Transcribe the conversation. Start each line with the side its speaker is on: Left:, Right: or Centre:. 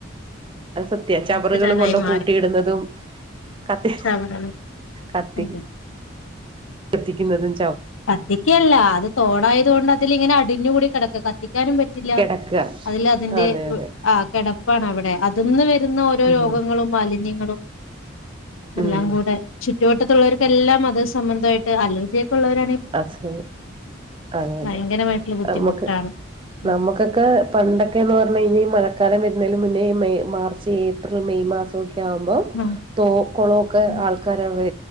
Right: അത് സത്യ ചറുകൾ
Left: അഴുക്ക് ചാലായി
Right: കൊണ്ട
Left: മാറി
Right: കൂട്ടിയിടുന്നതും കത്തി
Left: ചവറ
Right: കത്തി
Left: അതെ
Right: കത്തിക്ക്ന്നതും
Left: കത്തിക്ക്യല്ല അത് തോടായതോണ്ട് അതിലിങ്ങനെ അടിഞ്ഞ് കൂടി കെടക്ക എത്തിക്കാനും പറ്റില്ല
Right: കിടക്കുക
Left: അതിൽ അതിന്റെ
Right: അതെ അതെ
Left: ആ കിടപ്പാണ് അവിടെ അത്ന്ന് വരുന്ന ഓരോ
Right: ഉം
Left: രോഗങ്ങളും മാലിന്യങ്ങളും എല്ലാം
Right: ഉം
Left: കൂടെ ച്ചു <unintelligible> ട്ടത്തുള്ളവർക്കെല്ലാം അത് സമ്മന്തായിട്ട് അലർജിയൊക്കെ ഉള്ളവരാ
Right: അത് സെ അതെ അതെ
Left: ഭയങ്കരമായിട്ടുള്ള ബുദ്ധിമുട്ടാണ്
Right: നമ്മക്ക്
Left: ഉം
Right: നമ്മക്കൊക്കെ ഏ പണ്ടൊക്കേന്ന് പറഞ് കഴിഞ്ഞ മഴക്കാലം വരു ഇന്നേലും മുന്നേ മെയ് മാർച്ച് ഏപ്രിൽ മെയ് മാസോക്കെ ങ്ങനാവുമ്പോ
Left: ഉം.
Right: തോ കുളോക്കെ
Left: ഉം.
Right: ആൾക്കാരെ വേ